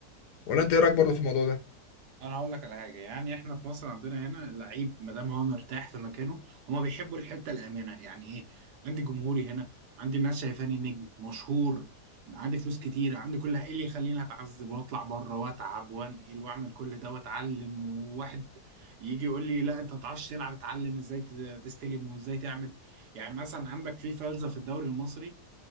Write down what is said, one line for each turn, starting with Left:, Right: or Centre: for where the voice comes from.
Left: ولا انت ايه رايك برضه في الموضوع ده
Right: انا هقول لك على حاجه يعني احنا في مصر عندنا هنا اللعيب ما دام هو مرتاح في مكانه هما بيحبوا الحته الامنه يعني ايه عندي جمهوري هنا عندي الناس شايفاني نجم مشهور عندي فلوس كتير عندي كل ايه اللي يخليني اتعذب واطلع بره واتعب وانقل واعمل كل ده واتعلم وواحد يجي يقول لي لا انت ما تعرفش تلعب اتعلم ازاي تت- تستلم وازاي تعمل يعني مثلا عندك في فلسفه في الدوري المصري